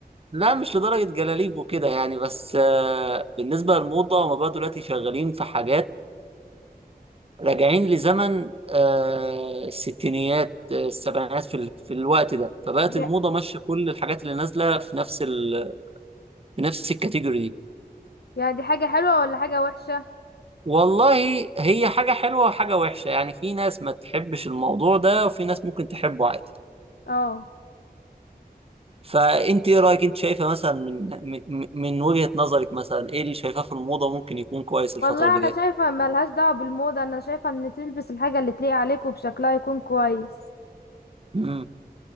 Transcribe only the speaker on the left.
دي-
يا دي حاجة حلوة ولا حاجة وحشة
اه
والله
انا
شايفة ملهاش دعوة بالموضة انا شايفة ان تلبس الحاجة اللي تليق عليك وبشكلها يكون كويس